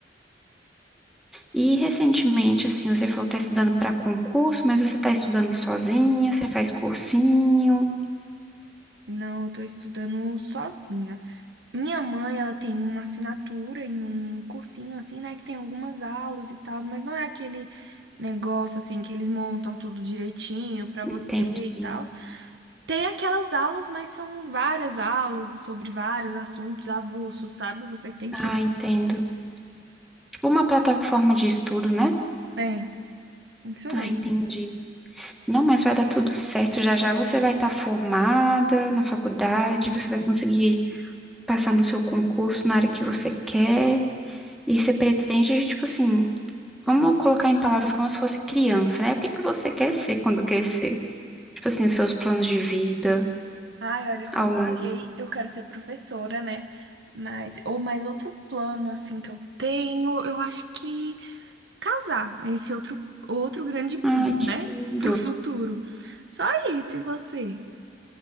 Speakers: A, in the centre; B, on the right.
A: E recentemente, assim, você falou que está estudando para concurso, mas você está estudando sozinha, você faz cursinho.
B: não, eu tô estudando sozinha. Minha mãe, ela tem uma assinatura em um cursinho assim, né, que tem algumas aulas e tal, mas não é aquele negócio assim que eles montam tudo direitinho pra
A: Entendi.
B: você e tal. Tem aquelas aulas, mas são várias aulas sobre vários assuntos avulsos, sabe? Você tem que
A: Ah, entendo. Tipo uma plataforma de estudo, né?
B: é, isso mesmo.
A: Ah, entendi. Não, mas vai dar tudo certo. Já já você vai estar formada na faculdade, você vai conseguir passar no seu concurso na área que você quer. E você pretende, tipo assim, Vamos colocar em palavras como se fosse criança, né? O que que você quer ser quando crescer? Tipo assim, os seus planos de vida
B: Ai, olha, como
A: ao
B: eu
A: longo.
B: falei, eu quero ser professora, né? Mas, ou mais outro plano, assim, que eu tenho, eu acho que casar. É Esse é outro, outro grande <laughs> plano,
A: Ai, que
B: né?
A: lindo.
B: Pro futuro. Só isso, e você?